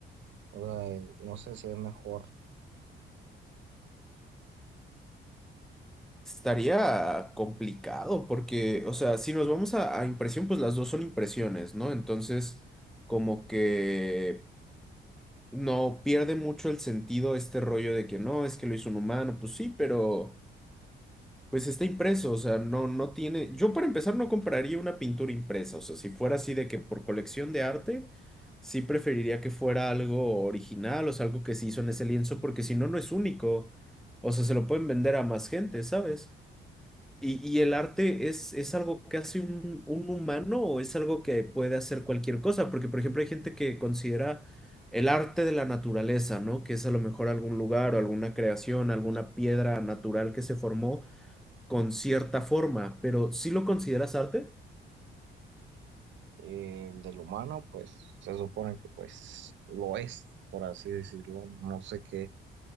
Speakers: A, on the right; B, in the centre.
A: O sea, eh, no sé, se ve mejor.
B: Estaría complicado porque, o sea, si nos vamos a, a impresión, pues las dos son impresiones, ¿no? Entonces, como que no pierde mucho el sentido este rollo de que no, es que lo hizo un humano, pues sí, pero... Pues está impreso, o sea, no, no tiene. Yo para empezar no compraría una pintura impresa, o sea, si fuera así de que por colección de arte, sí preferiría que fuera algo original, o sea, algo que se hizo en ese lienzo, porque si no, no es único. O sea, se lo pueden vender a más gente, ¿sabes? Y, y el arte es, es algo que hace un, un humano o es algo que puede hacer cualquier cosa, porque por ejemplo hay gente que considera el arte de la naturaleza, ¿no? Que es a lo mejor algún lugar o alguna creación, alguna piedra natural que se formó con cierta forma, pero ¿sí lo consideras arte?
A: El del humano, pues se supone que pues lo es, por así decirlo. No sé qué,